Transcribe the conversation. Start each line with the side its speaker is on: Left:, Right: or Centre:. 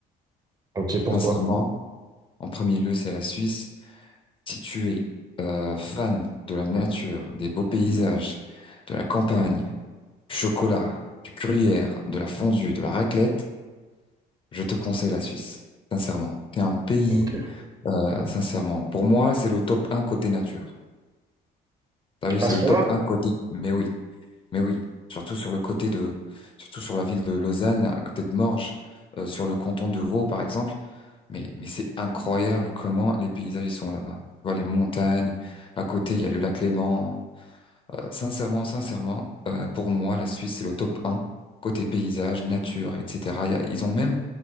Right: ok, pourquoi?
Left: Sincèrement, en premier lieu, c'est la Suisse. Si tu es euh, fan de la nature, des beaux paysages, de la campagne, du chocolat, du gruyère, de la fondue, de la raclette, je te conseille la Suisse, sincèrement. C'est un pays,
Right: Ok.
Left: euh, sincèrement. Pour moi, c'est le top un côté nature. T'as vu,
Right: À
Left: c'est
Right: ce
Left: le
Right: point-là,
Left: top un côté. Mais oui, mais oui. Surtout sur le côté de, surtout sur la ville de Lausanne, à côté de Morges, euh, sur le canton de Vaud, par exemple. Mais, mais c'est incroyable comment les paysages ils sont là-bas. Tu vois, les montagnes. À côté, il y a le lac Léman. Euh, sincèrement, sincèrement, euh, pour moi, la Suisse, c'est le top un Côté paysage, nature, etc. Il y a- Ils ont même,